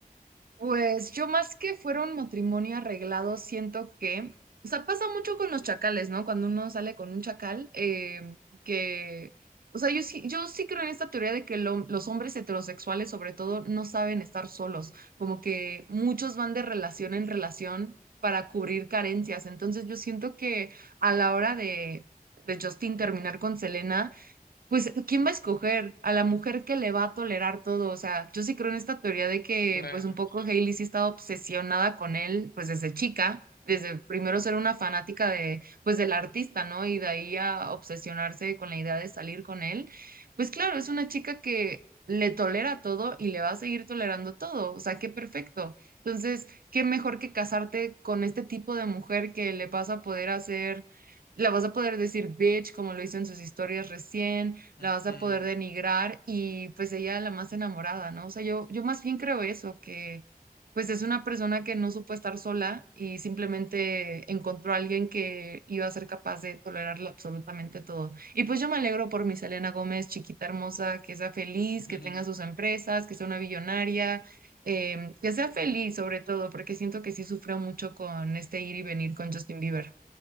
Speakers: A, on the right; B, on the left.
A: Pues yo más que fuera un matrimonio arreglado, siento que, o sea, pasa mucho con los chacales, ¿no? Cuando uno sale con un chacal, eh, que, o sea, yo sí, yo sí creo en esta teoría de que lo- los hombres heterosexuales, sobre todo, no saben estar solos, como que muchos van de relación en relación para cubrir carencias. Entonces yo siento que a la hora de, de Justin terminar con Selena, pues, ¿quién va a escoger? A la mujer que le va a tolerar todo. O sea, yo sí creo en esta teoría de que,
B: Claro.
A: pues, un poco Hailey sí estaba obsesionada con él, pues, desde chica, desde primero ser una fanática de, pues, del artista, ¿no? Y de ahí a obsesionarse con la idea de salir con él. Pues, claro, es una chica que le tolera todo y le va a seguir tolerando todo. O sea, qué perfecto. Entonces, qué mejor que casarte con este tipo de mujer que le vas a poder hacer, la vas a poder decir bitch, como lo hizo en sus historias recién la
B: Ujú.
A: vas a poder denigrar y pues ella la más enamorada, ¿no? O sea, yo, yo más bien creo eso, que pues es una persona que no supo estar sola y simplemente encontró a alguien que iba a ser capaz de tolerarlo absolutamente todo. Y pues yo me alegro por mi Selena Gómez, chiquita hermosa, que sea feliz,
B: <laughs>
A: que tenga sus empresas, que sea una billonaria. em, que sea feliz sobre todo, porque siento que sí sufrió mucho con este ir y venir con Justin Bieber.